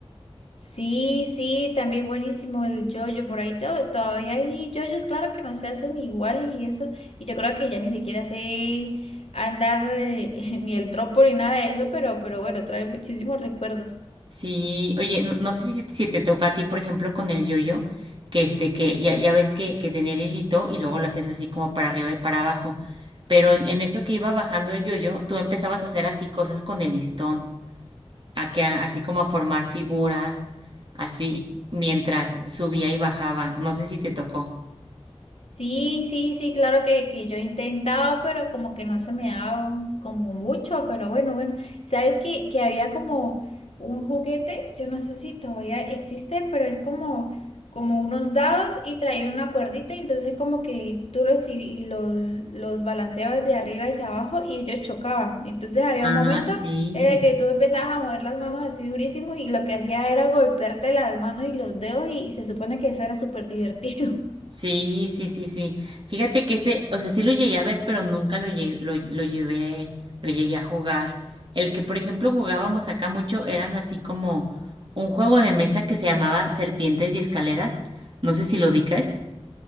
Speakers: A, on the left (about 75°); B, on the right (about 50°).
A: Sí, sí, también buenísimo el yoyo. Por ahí to- todavía hay yoyos, claro que no se hacen iguales y eso. Y yo creo que ya ni siquiera sé andar eh, <laughs> ni el trompo ni nada de eso, pero, pero bueno, trae muchísimos recuerdos.
B: Sí, oye, no, no sé si, si te toca a ti, por ejemplo, con el yo-yo, que este, que ya, ya ves que, que tenía el hilito y luego lo hacías así como para arriba y para abajo. Pero en, en eso que iba bajando el yo-yo, tú empezabas a hacer así cosas con el listón. a que a- así como a formar figuras, así mientras subía y bajaba. No sé si te tocó.
A: Sí, sí, sí, claro que, que yo intentaba, pero como que no se me daba como mucho, pero bueno, bueno. ¿Sabes que, que había como un juguete? Yo no sé si todavía existe, pero es como, como unos dados y traía una cuerdita, y entonces como que tú los, tir- los, los balanceabas de arriba hacia abajo y ellos chocaban. Entonces había
B: Ah,
A: un momento
B: sí.
A: en el que tú empezabas a mover las manos así durísimo y lo que hacía era golpearte las manos y los dedos y, y se supone que eso era súper divertido.
B: Sí, sí, sí, sí. Fíjate que ese, o sea, sí lo llegué a ver, pero nunca lo llegué, lo, lo llevé, lo llegué a jugar. El que, por ejemplo, jugábamos acá mucho eran así como un juego de mesa que se llamaba Serpientes y Escaleras. No sé si lo ubicas.